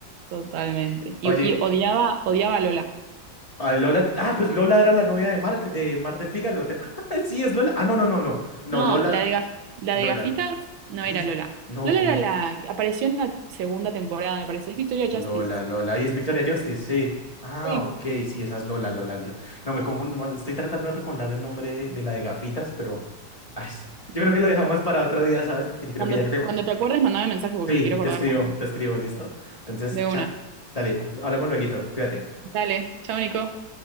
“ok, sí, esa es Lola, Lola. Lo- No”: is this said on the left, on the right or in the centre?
Left